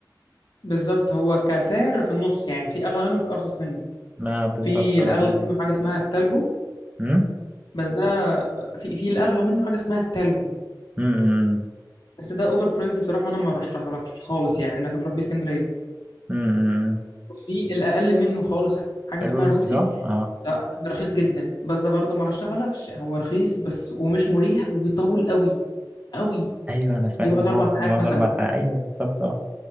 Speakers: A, on the left; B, on the right.
A: بالظبط هو كسعر في النص يعني في اغلى منه في ارخص منه
B: ما بالظبط
A: في
B: غالبا
A: الاغلى منه حاجه اسمها التالجو
B: امم
A: بس ده في في الاغلى منه حاجه اسمها التالجو
B: امم
A: بس ده اوفر برايز بصراحه وانا ما رشحهولكش خالص يعني انك تروح بيه اسكندريه
B: امم
A: في الاقل منه خالص حاجه
B: الروسي
A: اسمها الروسي
B: صح اه
A: ده, ده رخيص جدا بس ده برضه ما رشحهولكش هو رخيص بس ومش مريح وبيطول قوي قوي
B: ايوه انا سمعت
A: بيقعد
B: ان هو
A: اربع
B: ممكن
A: ساعات
B: يقعد
A: مثلا
B: اربع ساعات ايوه بالظبط اه